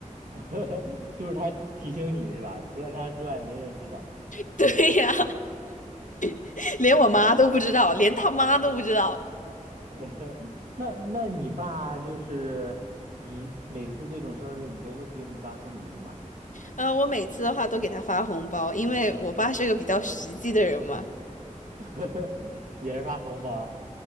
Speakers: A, on the right; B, on the left.
A: <laughs> 就是他提醒你是吧？除了他之外，没人知道。
B: <laughs> 对呀，<laughs> 连我妈都不知道，连他妈都不知道。
A: <laughs> 那那你爸就是你每次这种生日，你都会给你爸送礼物吗？
B: 嗯、我每次的话都给他发红包，因为我爸是个比较实际的人嘛。
A: <laughs> 也是发红包？